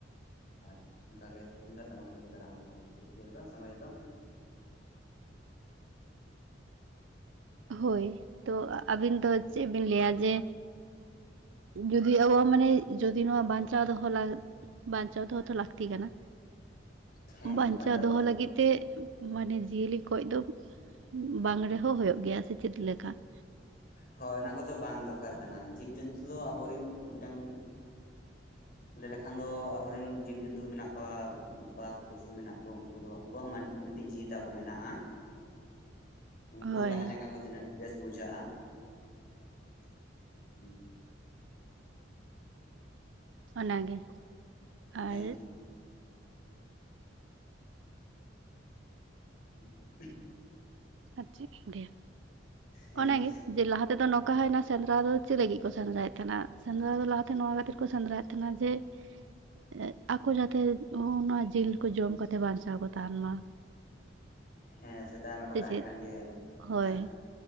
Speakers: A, on the left; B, on the right.
A: ᱟᱨ ᱚᱱᱠᱟᱜᱮ ᱛᱩᱢᱫᱟᱜ ᱴᱟᱢᱟᱠ ᱟᱛᱮᱫ ᱠᱚ ᱫᱟᱨᱟᱢ ᱟᱹᱜᱩ ᱠᱚᱣᱟ, ᱤᱭᱟᱹ ᱨᱮᱫᱚ ᱥᱚᱢᱟᱡᱽ ᱨᱮᱫᱚ᱾
B: ᱦᱳᱭ, ᱛᱚ ᱟᱹᱵᱤᱱ ᱫᱚ ᱪᱮᱫ ᱵᱤᱱ ᱞᱟᱹᱭᱟ ᱡᱮ ᱡᱩᱫᱤ ᱟᱵᱚᱣᱟᱜ ᱢᱟᱱᱮ ᱡᱚᱫᱤ ᱱᱚᱣᱟ ᱵᱟᱧᱪᱟᱣ ᱫᱚᱦᱚ ᱞᱟᱠ ᱵᱟᱸᱧᱪᱟᱣ ᱫᱚᱦᱚ ᱛᱚ ᱞᱟᱹᱠᱛᱤ ᱠᱟᱱᱟ,
A: ᱦᱮᱸ
B: ᱵᱟᱸᱧᱪᱟᱣ
A: ᱚᱱᱟ ᱫᱚ ᱵᱟᱧᱪᱟᱣ
B: ᱫᱚᱦᱚ ᱞᱟᱹᱜᱤᱫ
A: ᱫᱚᱨᱠᱟᱨ
B: ᱛᱮ ᱢᱟᱱᱮ ᱡᱤᱭᱟᱹᱞᱤ ᱜᱚᱡ ᱫᱚ ᱵᱟᱝ ᱨᱮᱦᱚᱸ ᱦᱩᱭᱩᱜ ᱜᱮᱭᱟ ᱥᱮ ᱪᱮᱫ ᱞᱮᱠᱟ? <inaudible>
A: ᱦᱳᱭ ᱚᱱᱟ ᱠᱚᱫᱚ ᱵᱟᱝ ᱫᱚᱨᱠᱟᱨ ᱠᱟᱱᱟ, ᱡᱤᱵᱽᱼᱡᱚᱱᱛᱩ ᱫᱚ ᱟᱵᱚᱨᱮᱱ ᱢᱤᱫᱴᱟᱝ ᱞᱟᱹᱭ ᱞᱮᱠᱷᱟᱱ ᱫᱚ ᱟᱵᱚ ᱨᱮᱱ ᱡᱤᱵᱽ ᱡᱚᱱᱛᱩ ᱢᱮᱱᱟᱜ ᱠᱚᱣᱟ ᱯᱟᱠ ᱯᱚᱥᱩ ᱢᱮᱱᱟᱜ ᱠᱚᱣᱟ ᱩᱱᱠᱩ ᱫᱚ ᱩᱱᱠᱩᱜ ᱦᱚᱸ ᱢᱟᱱ ᱮᱢᱴ ᱡᱣᱟ ᱠᱚ ᱢᱮᱱᱟᱜᱼᱟ᱾ ᱩᱱᱠᱩ
B: ᱦᱳᱭ
A: ᱛᱟᱦᱮᱸ ᱞᱮᱱᱠᱷᱟᱱ ᱠᱚ ᱛᱤᱱᱟᱹᱜ ᱵᱮᱥ ᱵᱩᱡᱷᱟᱹᱜᱼᱟ <unintelligible>
B: ᱚᱱᱟᱜᱮ
A: ᱦᱮᱸ
B: ᱟᱨᱼᱼ
A: <unintelligible>
B: ᱟᱨ ᱪᱮᱫ ᱤᱧ ᱞᱮᱭᱟ,
A: ᱦᱮᱸ
B: ᱚᱱᱟᱜᱮ
A: ᱞᱮ
B: ᱡᱮ ᱞᱟᱦᱟ ᱛᱮᱫᱚ ᱱᱚᱝᱠᱟ ᱦᱩᱭᱱᱟ ᱥᱮᱸᱫᱽᱨᱟ ᱫᱚ ᱪᱮᱫ ᱞᱟᱹᱜᱤᱫ ᱠᱚ ᱥᱮᱸᱫᱽᱨᱟᱭᱮᱫ ᱛᱟᱦᱮᱱᱟ, ᱥᱮᱸᱫᱽᱨᱟ ᱫᱚ ᱞᱟᱦᱟᱛᱮ ᱱᱚᱣᱟᱛ ᱠᱷᱟᱹᱛᱤᱨ ᱠᱚ ᱥᱮᱸᱫᱽᱨᱟᱭᱮᱫ ᱛᱟᱦᱮᱱᱟ ᱡᱮ <unintelligible> ᱟᱠᱚ ᱡᱟᱛᱮ ᱚᱱᱟ ᱡᱤᱞ ᱠᱚ ᱡᱚᱢ ᱠᱟᱛᱮ ᱵᱟᱧᱪᱟᱣ ᱠᱚ ᱛᱟᱦᱮᱱ ᱢᱟ
A: ᱦᱮᱸ ᱥᱮᱫᱟᱭ ᱢᱟᱠᱚ
B: ᱥᱮᱪᱮᱫ,
A: ᱛᱟᱦᱮᱸ ᱠᱟᱱ ᱜᱮ
B: ᱦᱳᱭ
A: ᱦᱮᱸ